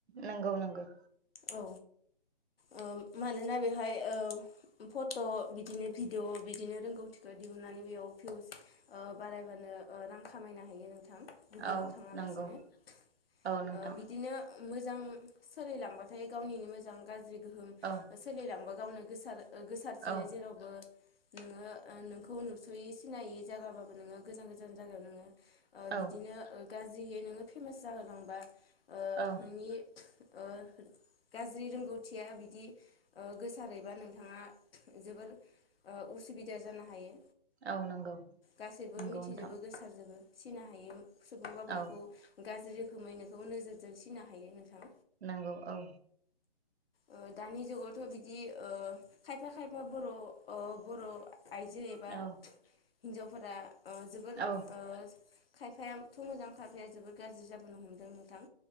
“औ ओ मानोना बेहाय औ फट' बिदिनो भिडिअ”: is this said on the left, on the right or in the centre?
Left